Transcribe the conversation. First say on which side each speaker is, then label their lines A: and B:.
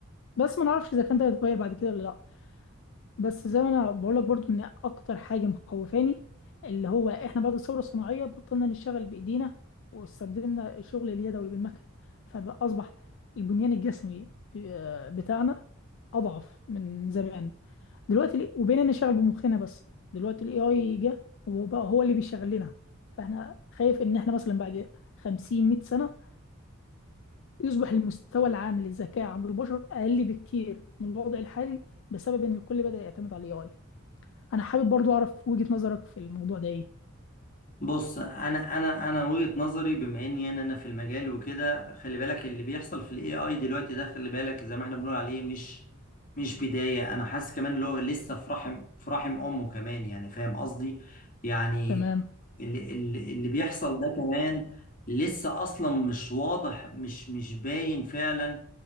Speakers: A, on the left; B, on the left.
A: بس ما نعرفش اذا كان ده هيتغير بعد كده ولا لا بس زي ما انا بقول لك برضو ان اكتر حاجه مخوفاني اللي هو احنا بعد الثوره الصناعيه بطلنا نشتغل بايدينا واستبدلنا الشغل اليدوي بالمكن فاصبح البنيان الجسمي ب- بتاعنا اضعف من زمان دلوقتي ال- وبقينا نشتغل بمخنا بس دلوقتي الاي اي جه وبقى هو اللي بيشغل لنا فاحنا خايف ان احنا مثلا بعد 50 100 سنه يصبح المستوى العام للذكاء عند البشر اقل بكتير من الوضع الحالي بسبب ان الكل بدأ يعتمد على الاي اي انا حابب برضو اعرف وجهة نظرك في الموضوع ده ايه
B: بص انا انا انا وجهة نظري بما اني انا انا في المجال وكده خلي بالك اللي بيحصل في الاي اي دلوقتي ده خلي بالك زي ما احنا بنقول عليه مش مش بداية انا حاسس كمان اللي هو لسه في رحم في رحم امه كمان يعني فاهم قصدي يعني
A: تمام
B: اللي اللي اللي بيحصل ده كمان لسه اصلا مش واضح مش مش باين فعلا